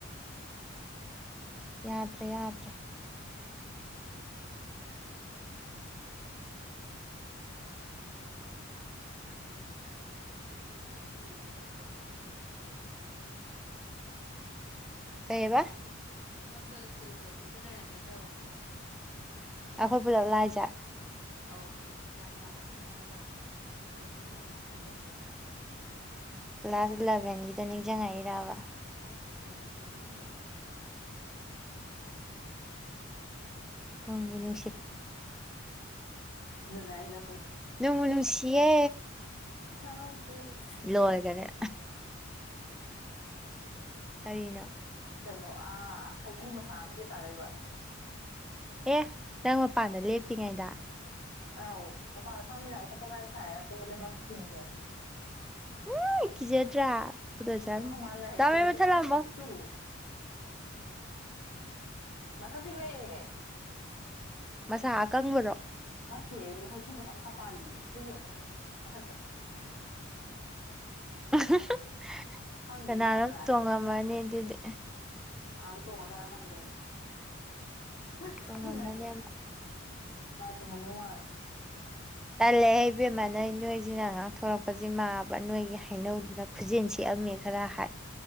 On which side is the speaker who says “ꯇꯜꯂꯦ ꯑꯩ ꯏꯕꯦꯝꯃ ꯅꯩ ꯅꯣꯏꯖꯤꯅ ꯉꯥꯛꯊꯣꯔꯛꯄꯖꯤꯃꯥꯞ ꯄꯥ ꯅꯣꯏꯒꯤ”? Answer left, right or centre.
Centre